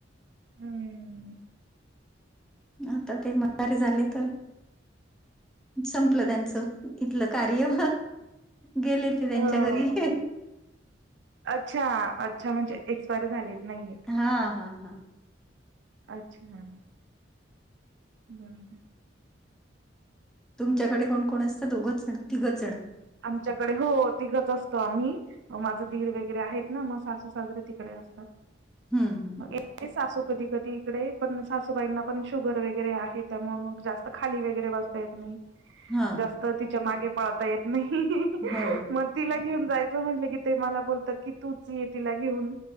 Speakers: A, on the right; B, in the centre.
A: हम्म.
B: आता ते मरे झाले तर संपलं त्यांचं इथलं कार्य गेले ते त्यांच्या
A: हो.
B: घरी
A: अच्छा अच्छा म्हणजे एक्सपायर झालेत नाहीेत
B: हा हा हा.
A: अच्छा बर
B: तुमच्याकडे कोण कोण असत दोघच जण तिघच जण
A: आमच्याकडे हो तिघत असतो आम्ही माझं ीर वगरे आहेत ना मग सासू सागरे तिकडे असतात
B: हम्म, हम्म.
A: ते सासू कधी -कधी इकडे. पण सासूबाईंना पण शुगर वगैरे आहे. त्यामुळे, मग जास्त खाली वगैरे बस ता येत नाही.
B: हा
A: जास्त तिच्या मागे पळता येत नाही. <unintelligible>
B: हो.
A: मग तिला घेऊन जायचं म्हटलं कि, ते मला बोलतात की, तूच ये तिला घेऊन.